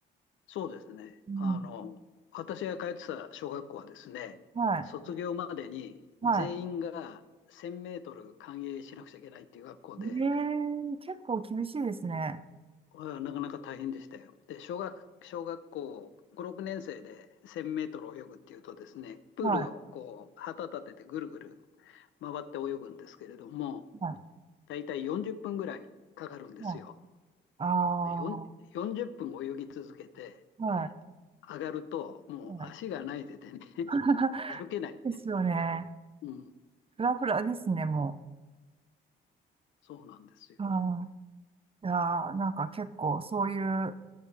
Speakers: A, on the left; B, on the right.
A: そうですね。
B: うん。
A: あの、私が通ってた小学校はですね、
B: はい。
A: 卒業までに全員が1000メートル歓迎しなくちゃいけないっていう学校で、
B: はい。ええ結構厳しいですね。
A: これはなかなか大変でしたよ。で、小学、小学校5、6年生で1000メートル泳ぐっていうとですね、プールをこう旗立ててぐるぐる
B: はい、
A: 回って泳ぐんですけれども、
B: は
A: だいたい40分ぐらいかかるんですよ。
B: い、はい。ああ、
A: でよん40分泳ぎ続けて、
B: はい、
A: 上がると、もう足がないててね、
B: は
A: <laughs>
B: い。<laughs>
A: 歩けないね。
B: ですよね。
A: うん、
B: フラフラですね、も
A: そうなんですよ。
B: う。あーいやー、なんか結構そういう、